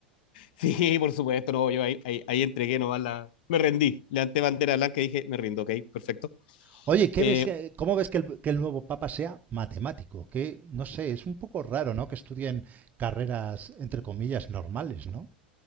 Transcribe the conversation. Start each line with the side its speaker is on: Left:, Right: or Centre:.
Left: Sí, por supuesto, no, yo ahí, ahí, ahí entregué nomás la... Me rendí, levanté bandera blanca y dije, me rindo, ok, perfecto.
Right: <laughs> Oye, ¿qué
Left: Eh,
Right: ves, que- ¿cómo ves que el, que el nuevo papa sea matemático? Que, no sé, es un poco raro, ¿no? Que estudien carreras, entre comillas, normales, ¿no?